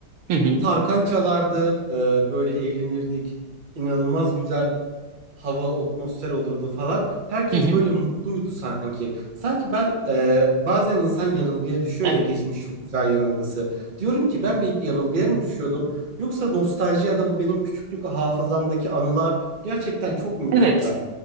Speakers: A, on the right; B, on the right.
A: Hı hı.
B: Tarkan çalardı, e, böyle eğlenirdik. İnanılmaz güzel hava atmosfer olurdu falan. Herkes
A: Hı hı.
B: böyle mutluydu sanki. Sanki ben e, bazen insan yanılgıya düşüyor
A: Evet.
B: ya geçmiş çok güzel yanılgısı. Diyorum ki ben bir yanılgıya mı düşüyordum? Yoksa nostalji ya da bu benim küçüklük hafızamdaki anılar gerçekten çok mu
A: Evet.
B: güzel?